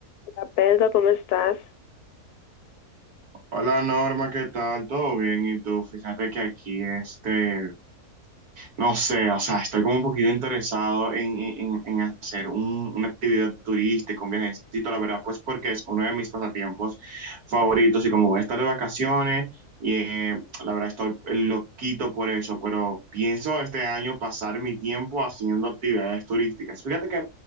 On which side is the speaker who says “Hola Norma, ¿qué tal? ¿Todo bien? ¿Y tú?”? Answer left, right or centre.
Right